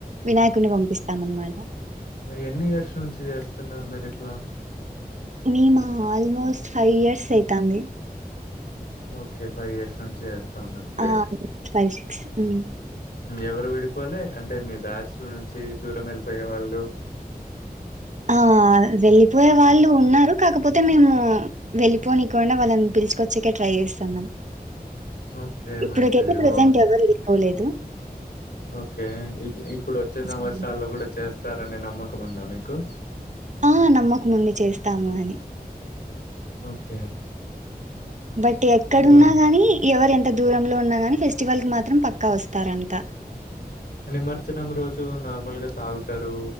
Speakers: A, on the right (about 50°); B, on the left (about 80°).
A: వినాయకుని పంపిస్తాం అనమాట
B: ఎన్ని ఇయర్స్ నుంచి చేస్తున్నారు మీరు ఇట్లా
A: మేమా ఆల్మోస్ట్ ఫైవ్ ఇయర్స్ అయితంది
B: ఓకే ఫైవ్ ఇయర్స్ నుంచి ఉన్నారు. గ్రేట్.
A: ఆ పై ఉమ్
B: ఎవరు విడిపోలే అంటే మీ బ్యాచ్ నుంచి దూరం వెళ్ళిపోయే వాళ్ళు
A: ఆ వెళ్ళిపోయే వాళ్ళు ఉ న్నారు కాకపోతే మేము వెళ్ళిపోనికొండా వాళ్ళని పిలుచుము వచ్చాక ట్రై చేస్తాన్నాం
B: ఓకే.
A: ఇప్పుడికైతే
B: మంచిది.
A: ప్రెజెంట్
B: బావుంది.
A: ఎవరు లే పోలేదు
B: ఓకే ఇప్పుడు వచ్చే సంవత్సరాల్లో
A: ఉంది.
B: కూడా చేస్తారనే నమ్మకం ఉందా మీకు
A: ఆ నమ్మకముంది చేస్తాము అని
B: ఓకే
A: బట్ ఎక్కడున్నా
B: బా
A: గాని ఎవరు ఎంత అంత దూరంలో ఉన్నా గాని ఫెస్టివల్ కి మాత్రం పక్కా వస్తారంతా
B: నిమజ్జనం రోజు నార్మల్ గా తాగుతారు